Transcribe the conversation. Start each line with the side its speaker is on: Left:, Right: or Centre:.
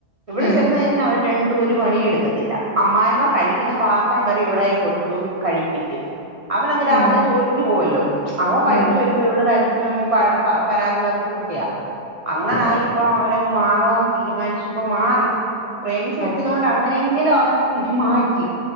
Right: ഇവിള്
Left: ഉം
Right: ചെന്ന് കഴിഞ്ഞാൽ അവര് രണ്ടും ഒരു പണിയെടു അമ്മായിമ്മ കഴിക്കുന്ന പാത്രം വരെ ഇവിടെയിൽ കൊടുത്തു കഴിപ്പിക്കും അവൻ അങ്ങ്
Left: ഉം
Right: രാവിലെ ജോലിക്ക് പോവല്ലോ അവൻ വൈകിട്ട്
Left: ഉം
Right: വരുമ്പോ ഇവള് കര ച്ചിലും പരാതി പറച്ചിലും ഒക്കെയാ അങ്ങനെ
Left: ആ
Right: ആയി ഇപ്പ അവരങ്ങ് മാറി പോവാൻ തീരുമാനിച്ചു ഇപ്പ മാറി പ്രേമിച്ച
Left: ഓ
Right: കെട്ടിയതു കൊണ്ട് അങ്ങനെ എങ്കിലും അവൻ മാറ്റി